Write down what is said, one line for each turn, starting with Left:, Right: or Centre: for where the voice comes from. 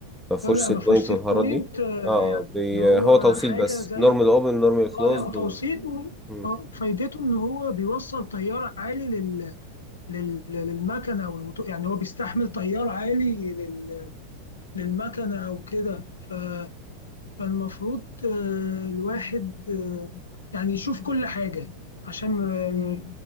Centre: ما فيهوش
Left: لا لا
Centre: سيت
Left: ما
Centre: بوينت
Left: فيهوش سيت
Centre: والحوارات
Left: بوينت
Centre: دي اه
Left: يعني
Centre: بي...
Left: هو
Centre: هو توصيل
Left: حاجة
Centre: بس
Left: زي
Centre: نورمال اوبن نورمال كلوزد
Left: اه لا توصيله
Centre: و... مم.
Left: اه فايدته ان هو بيوصل تيار عالي لل... لل... للمكنه والموتو- يعني هو بيستحمل تيار عالي لل... للمكنه او كده ف... فالمفروض آه، الواحد آه، يعني يشوف كل حاجه عشان آه،